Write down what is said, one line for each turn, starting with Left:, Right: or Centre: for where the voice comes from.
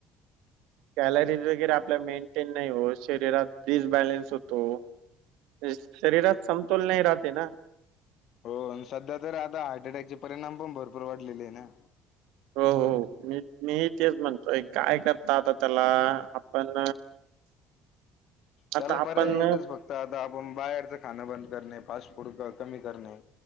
Right: कॅलरीज वगैरे आपल्या मेंटेन नाही हो. शरीरात डिसबॅलन्स होतो. तेच, शरीरात समतोल नाही राहते ना.
Left: हो. सध्या तर आता, हार्ट अटॅकचे परिणाम पण भरपूर वाढलेलेय ना.
Right: हो, हो. मी, मीही तेच म्हणतोय. काय करता आता त्याला. आपण <inaudible>
Left: त्याला
Right: आपण
Left: पर्याय एकच फक्त आता, आपण बाहेरचं खाणं बंद करणे. फास्ट फूड क कमी करणे.